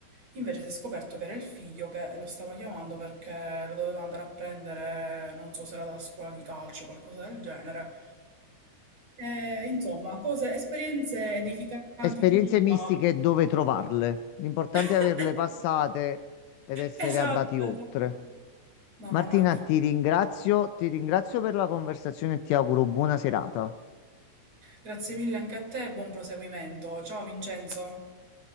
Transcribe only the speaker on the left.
Esperienze
mistiche e dove trovarle. L'importante
è averle passate ed essere
andati oltre.
Martina,
ti ringrazio, ti ringrazio per la conversazione e ti auguro buona serata.